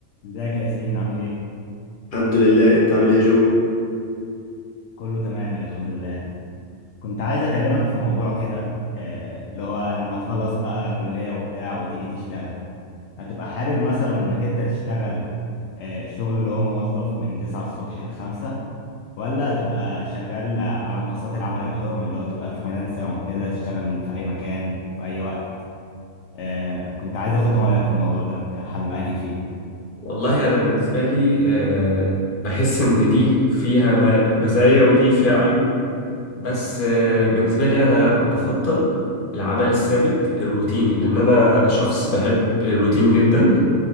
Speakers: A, on the left; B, on the left.
A: ازيك يا ياسين عامل ايه؟
B: الحمد لله انت عامل ايه يا جو
A: كله تمام الحمد لله كنت عايز اكلمك في موضوع كده آه، اللي هو لما تخلص بقى كلية وبتاع وتيجي تشتغل هتبقى حابب مثلا انك انت تشتغل آه، شغل اللي هو موظف من 9 الصبح ل 5 ولا تبقى شغال على منصات العمل الحر اللي هو تبقى فريلانسر وكده تشتغل في اي مكان في اي وقت آه، كنت عايز اخد رأيك في الموضوع ده انت حابب انهي فيه؟
B: والله أنا بالنسبة لي آه، بحس إن دي فيها م- مزايا ودي فيها عيوب بس آه، بالنسبة لي أنا بفضل العمل الثابت الروتيني لأن أنا شخص بحب الروتين جدا